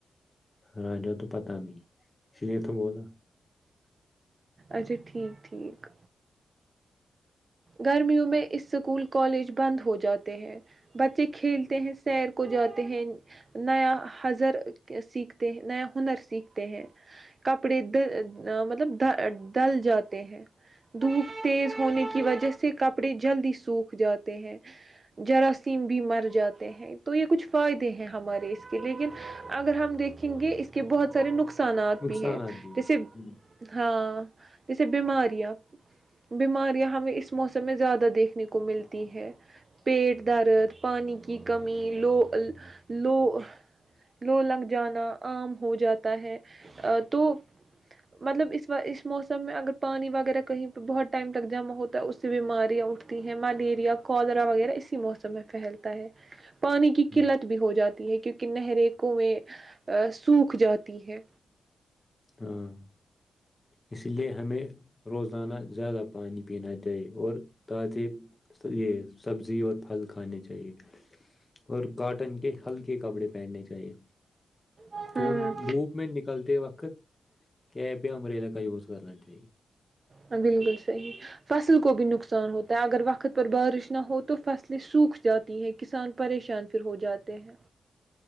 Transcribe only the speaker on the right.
اچھا ٹھیک ٹھیک گرمیوں میں اس اسکول کالج بند ہو جاتا بچے کھیلتے ہیں سیر کو جاتے ہیں نیا ہضر سیکھتے ہیں نیا ہنر سیکھتے ہیں کپڑے مطلب ڈل جاتے ہیں دھوپ تیز ہونے کی وجہ سے کپڑے جلدی سوکھ جاتے ہیں جراثیم بھی مر جاتے ہیں تو یہ کچھ فائدے ہیں ہمارے کے لیکن اگر ہم دیکھیں گے اس کے بہت سارے نقصان نقصانات
بھی ہے
جیسے
ہاں جیسے بیماریاں بیماریاں ہمیں اس موسم میں زیادہ دیکھنے کو ملتی ہے پیٹ درد پانی کی کمی لو لو لو لگ جانا عام ہو جاتا ہے تو مطلب اس اس موسم میں اگر پانی وغیرہ کہیں پہ بہت ٹائم تک جمع ہوتا ہے اس سے بیماریاں اٹھتی ہیں ملیریا کودرا وغیرہ اسی موسم میں پھیلتا ہے پانی کی
قلت بھی ہو جاتی ہے کیونکہ نہریکوں میں سوکھ جاتی ہے
ہے
بالکل صحیح فصل کو بھی نقصان ہوتا ہے اگر وقت پر بارش نہ ہو تو فصلیں سوکھ جاتی ہیں کسان پریشان پھر ہو جاتے ہیں